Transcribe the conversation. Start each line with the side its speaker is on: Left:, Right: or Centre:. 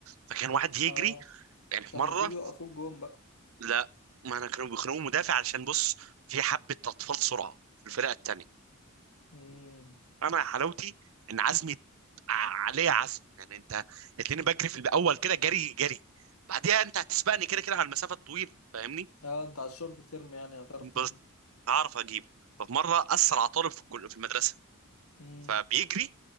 Right: فكان واحد يجري
Left: اه
Right: يعني في
Left: كان
Right: مرة
Left: المفروض يوقفوك جون بقى
Right: لا ما انا كانوا بيخنقوا مدافع علشان بص في حبة أطفال سرعة في الفرقة التانية
Left: مم.
Right: انا حلاوتي ان عزمي ع- عليه عزم يعني انت اتلاقيني بجري في الاول كده جري جري بعديها انت هتسبقني كده كده على المسافة الطويلة فاهمني
Left: اه انت على الشورت ترم يعني هتعرف تظبط
Right: بس هعرف اجيبه ففي مرة اسرع طالب في الكل- في المدرسة
Left: مم.
Right: فبيجري